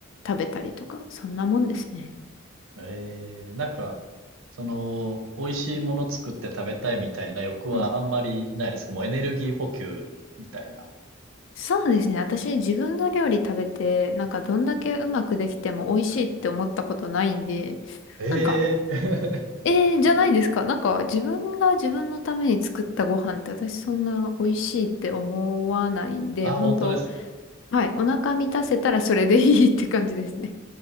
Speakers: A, on the left; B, on the right.
A: 食べたりとか、そんなもんですね。
B: ええ、なんか、その、美味しいもの作って食べたいみたいな欲はあんまりないですかもうエネルギー補給みたいな。
A: うんそうですね。私、自分の料理食べて、なんかどんだけうまくできても美味しいって思ったことないんで、
B: ええ。
A: なんか、えー、じゃないですか。
B: <laughs>
A: なんか自分が自分のために作ったご飯って私そんな美味しいって思わないんで、
B: あ、
A: 本当
B: 本当ですか。
A: はい。お腹満たせたらそれでいいって感じですね。